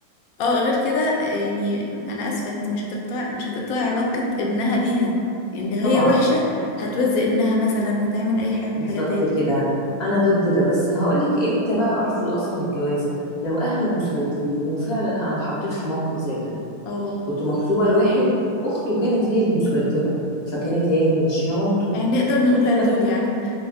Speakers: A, on the left; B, on the left.
A: اه غير كده آه، يعني انا اسفه انت مش هتقطع مش هتقطع علاقه ابنها بيها ان لو هي
B: طبعا
A: وحشه هتوزق ابنها مثلا هتعمل اي حاجه من
B: بالظبط
A: الحاجات ديت
B: كده انا ضد ده بس هقولك امتى بقى ارفض اصلا الجوازه لو اهله مسيطرين وفعلا انا اتحطيت في موقف زي ده
A: اه
B: كنت مخطوبه لواحد اخته كانت هي المسيطره فكانت هي اللي ماشيه مامته
A: يعني نقدر نقول لدول
B: أنا-
A: يعني